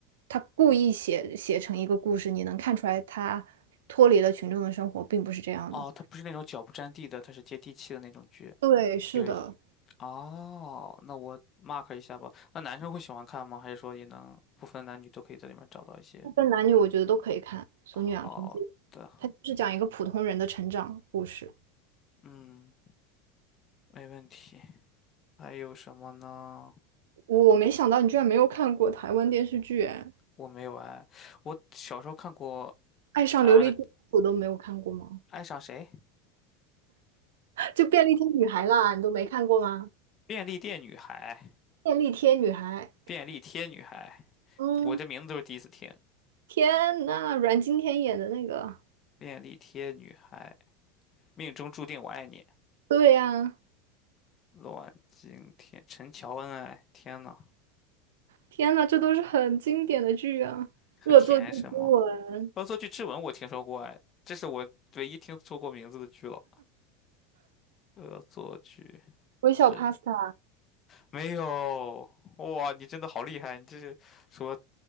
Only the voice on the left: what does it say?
哦，它不是那种脚不沾地的，它是接地气的那种剧。
有一，哦，那我 mark 一下吧。那男生会喜欢看吗？还是说也能不分男女都可以在里面找到一些
好的？
嗯，没问题。还有什么呢？
我没有哎，我小时候看过。
台湾的爱上谁？
便利店女孩，
便利贴女孩，
我这名字都是第一次听。
便利贴女孩，命中注定我爱你。
阮经天，陈乔恩，哎，天呐，
很甜是吗？
恶作剧之吻我听说过，哎，这是我唯一听说过名字的剧了。恶作剧
之
没有，哇，你真的好厉害！你这是说